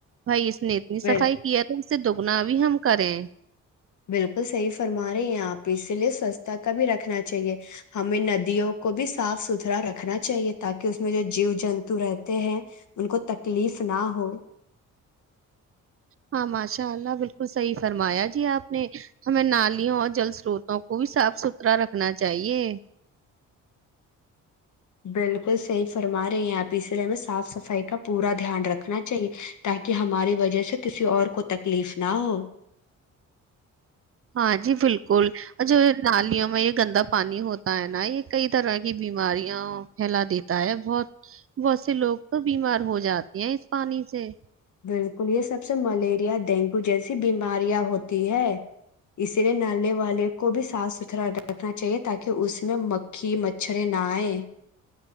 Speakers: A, on the right; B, on the left.
A: بھائی اس اس نے اتنی
B: بل
A: صفائی کیا تھا سے دگنا بھی ہم کریں
B: بالکل صحیح فرما رہے ہیں آپ اسی لیے سوچھتا کا بھی رکھنا چاہیے ہمیں ندیوں کو بھی صاف ستھرا رکھنا چاہیے تاکہ اس میں جو جیو جنتو رہتے ہیں ان کو تکلیف نہ ہو
A: ہاں ماشاء اللہ بالکل صحیح فرمایا جی آپ نے ہمیں نالیوں اور جل سروتوں کو بھی صاف ستھرا رکھنا چاہیے
B: بالکل صحیح فرما رہے ہیں آپ اسرے ہمیں صاف صفائی کا پورا دھیان رکھنا چاہیے تاکہ ہماری وجہ سے کسی اور کو تکلیف نہ ہو
A: ہاں جی بالکل اور جو نی میں یہ گندا پانی ہوتا ہے نا یہ کئی طرح کی بیماریاں پھیلا دیتا ہے بہت بہت سے لوگ تو بیمار ہو جاتے ہیں اس پانی سے
B: بالکل یہ سب سے ملیریا ڈینگو جیسی بیماریاں ہوتی ہے اسی لیے نالے والے کو بھی صاف ستھرا رکھنا چاہیے تاکہ اس میں مکھی مچھریں نہ آئے